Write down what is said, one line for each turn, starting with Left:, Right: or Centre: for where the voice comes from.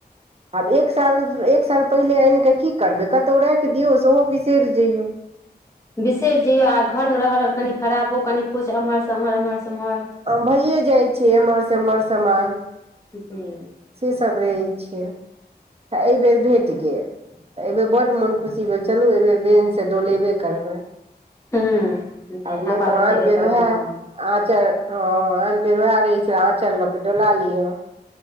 Right: अब एक साल एक साल पहिले अएन क की करबे कतहु राख दियो से हो बिसेर जियो अहहृ <inaudible>
Left: बिसे जइयो आ घर मे रहल कनी खराबो कनि कुछ एम्हर से एम्हर एम्हर से एम्हर
Right: हा भइऐ जाइ छे एम्हर से एम्हर सामान
Left: जी
Right: से सब रहै छै त ऐ बेर भेट गेल तऽ यबे बड मन खुशी भेल चलू अ एहिबे बैन स डोलेबे करबै
Left: हूँ जी
Right: कर नय
Left: हवा
Right: तो
Left: लगेबे
Right: आन बेेर
Left: करबै
Right: ओहे
Left: ने
Right: आँचर हँ आन बेर उएह रहै छै आँचर ल के डोला लिअ